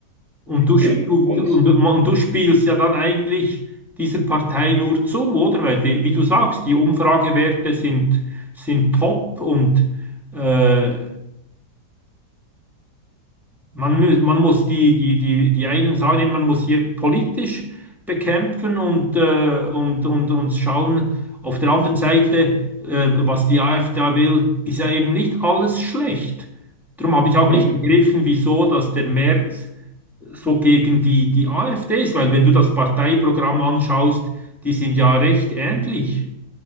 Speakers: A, in the centre; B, on the right.
A: Und du, sp-
B: eben.
A: du,
B: Und
A: und, und du spielst ja dann eigentlich dieser Partei nur zu, oder? Weil, die, wie du sagst, die Umfragewerte sind, sind top und äh, man, mü- man muss die, die, die, die einen sagen, man muss hier politisch bekämpfen und, äh, und, und, und schauen. Auf der anderen Seite, äh, was die AfD da will, ist ja eben nicht alles schlecht. Darum habe ich auch
B: eben.
A: nicht begriffen, wieso, dass der Merz so gegen die, die AfDs, weil wenn du das Parteiprogramm anschaust, die sind ja recht ähnlich.